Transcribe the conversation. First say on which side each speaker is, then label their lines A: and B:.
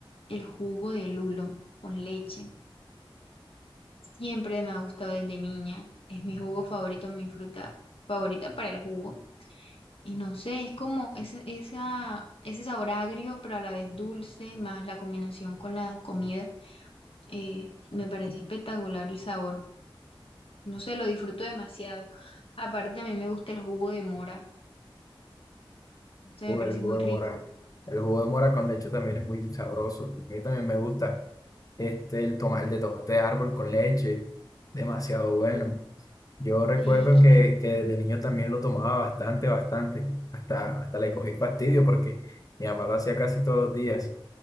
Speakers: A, on the left; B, on the left.
A: el jugo de lulo con leche. Siempre me ha gustado desde niña. Es mi jugo favorito, mi fruta favorita para el jugo. Y no sé, es como ese, esa, ese sabor agrio, pero a la vez dulce, más la combinación con la comida. Eh, me parece espectacular el sabor. No sé, lo disfruto demasiado. Aparte, a mí me gusta el jugo de mora. O sea,
B: Uh,
A: me parece
B: el jugo
A: muy
B: de
A: rico.
B: mora. El jugo de mora con leche también es muy sabroso. A mí también me gusta. Este, el tomar de tomate de árbol con leche, demasiado bueno. Yo recuerdo
A: Sí, y-
B: que, que de niño también lo tomaba bastante, bastante. Hasta, hasta le cogí fastidio porque mi mamá lo hacía casi todos los días.